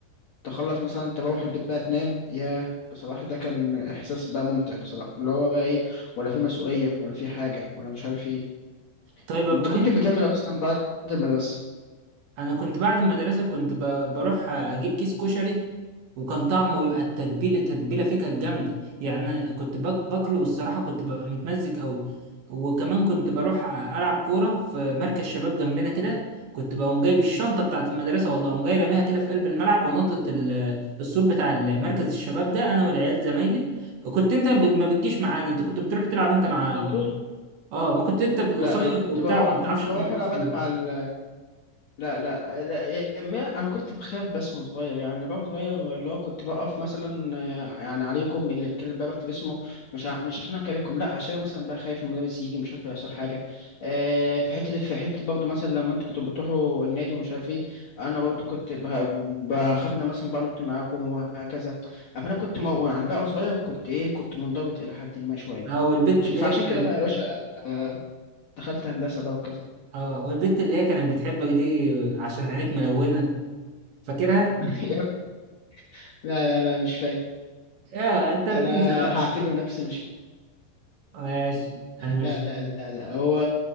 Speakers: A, on the left; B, on the right.
A: تخلص مثلا تروح البيت بقى تنام يا بصراحة ده كان إحساس بقى ممتع بصراحة اللي هو بقى إيه ولا في مسؤولية ولا في حاجة ولا مش عارف إيه
B: طيب يا
A: أنت
B: ابراهيم
A: كنت بتعمل إيه أصلا بعد المدرسة؟
B: انا كنت بعد المدرسه كنت ب- بروح اجيب كيس كشري وكان طعمه بيبقى التتبيله التتبيله فيه كانت جامده يعني أنا كنت باك- باكله والصراحه كنت ببقى متمزج قوي وكمان كنت بروح العب كوره في مركز شباب جنبنا كده كنت بقوم جايب الشنطه بتاعت المدرسه والله اقوم جاي راميها كده في قلب الملعب ونطت ال- السور بتاع مركز الشباب ده انا والعيال زمايلي كنت انت ب- ما بتجيش معانا انت كنت بتروح تلعب انت مع
A: انت طول
B: اه ما كنت انت قصير
A: لا أنا كنت
B: وبتاع
A: بقى
B: وما
A: أنا
B: بتعرفش
A: كنت بروح
B: تنط
A: ألعب
B: السور
A: أنا مع ال لا لا لا يا ما انا كنت بخاف بس وانا صغير يعني بقى وانا صغير اللي هو كنت بقف مثلا آه، يعني عليكم اللي بيتكلم بقى بكتب اسمه مش ع... مش عشان اكلمكم لا عشان مثلا بقى خايف المدرس يجي مش عارف يحصل حاجه آه، في حته في حته برضه مثلا لما انتوا كنتوا بتروحوا النادي ومش عارف ايه انا برضه كنت بخ- بخاف ان أنا مثلا بقى نط معاكم وهكذا فانا كنت مو... يعني بقى وانا صغير كنت ايه كنت منضبط الى حد ما شويه
B: اه والبت
A: ماشي
B: اللي
A: فعشان
B: هي كانت
A: كده بقى يا باشا آه، دخلت هندسه بقى وكده
B: اه والبنت اللي هي كانت بتحبك دي عشان عينيك ملونة فاكرها؟
A: <laughs> لا لا لا مش فاكر
B: يا انت بتنسى
A: انا
B: بقى
A: هعتبر نفسي مش
B: ماشي هنمشي
A: لا لا لا لا هو